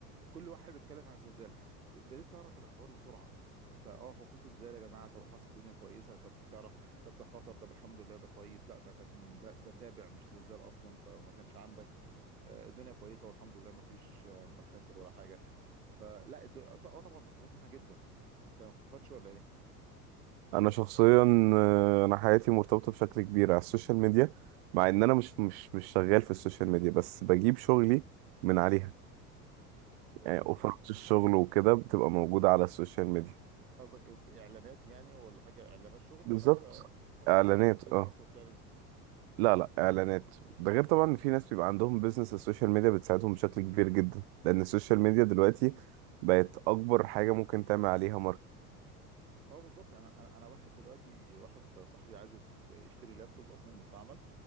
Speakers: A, on the right; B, on the right.
A: كل واحد بيتكلم عن الزلزال ابتديت تعرف الاخبار بسرعه انت اه هو في زلزال يا جماعه طب خلاص الدنيا كويسه طب تعرف طب ده خطر ده الحمد لله ده كويس لا ده كان ده, ده تابع مش زلزال اصلا انت ما كانش عندك آه، الدنيا كويسه والحمد لله ما فيش آه، مخاسر ولا حاجه فلا الد- اه طبعا بستفاد منها جدا انت ما بتستفادش ولا ايه؟
B: انا شخصيا آه، انا حياتي مرتبطه بشكل كبير على السوشيال ميديا مع ان انا مش مش مش شغال في السوشيال ميديا بس بجيب شغلي من عليها
A: آه،
B: يعني اوفرات الشغل وكده بتبقى موجوده على السوشيال ميديا
A: قصدك اعلانات يعني ولا حاجه اعلانات شغل
B: بالظبط
A: ولا انت ولا
B: اعلانات
A: انت عندك بيزنس
B: اه
A: وبتعلن
B: لا لا اعلانات ده غير طبعا ان في ناس بيبقى عندهم بيزنس السوشيال ميديا بتساعدهم بشكل كبير جدا لان السوشيال ميديا دلوقتي بقت اكبر حاجه ممكن تعمل عليها
A: اه بالظبط انا انا انا واحد دلوقتي واحد صاحبي عايز يت- يشتري لابتوب اصلا مستعمل